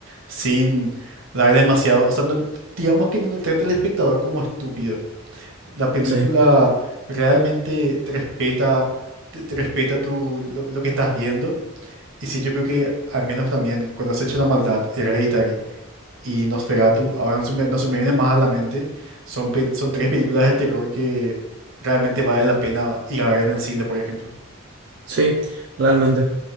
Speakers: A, on the right (about 70°); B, on the right (about 55°).
A: sin dar demasiado, o sea, no- digamos que no le trata al espectador como estúpido. La película
B: Sí.
A: realmente te respeta, te, te respeta tu, lo lo que estás viendo y sí, yo creo que al menos también cuando se echa la maldad, Hereditary y Nosferatu, ahora no se me, no se me vienen más a la mente, son, pel- son tres películas de terror que realmente vale la pena ir a ver en el cine, por ejemplo.
B: Sí, realmente.